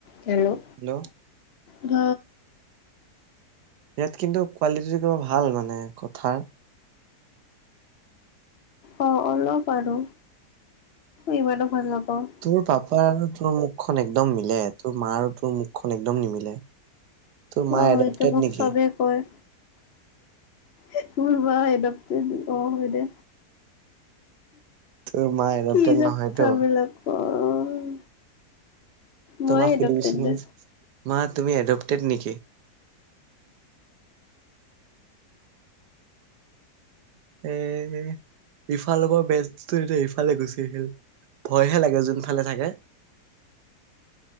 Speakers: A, on the left; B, on the right.
A: Hello
B: hello
A: ধ
B: ইয়াত কিন্তু কোৱালিটিটো কিবা ভাল মানে কথাৰ
A: অঁ অলপ আৰু ইমানো ভাল নাপাও
B: তোৰ পাপা আৰু তোৰ মুখখন একদম মিলে তোৰ মা আৰু তোৰ মুখখন একদম নিমিলে তোৰ মা
A: অ
B: এডপটেড
A: এইটো মোক
B: নেকি?
A: চবেই কয়। এই ভুল হয় <unintelligible> অ হয় দে
B: তোৰ মা এডপটেড
A: কিযে
B: নহয়তো
A: কথাবিলাক কয়
B: তোমাক
A: মই
B: সুধি
A: এডপটেড
B: <unintelligible>
A: দে।
B: মা তুমি এডপটেড নেকি? এ হে ইফাল লগৰ বেজটো এতিয়া এইফালে গুচি আহিল। ভয়হে লাগে যোনফালে থাকে।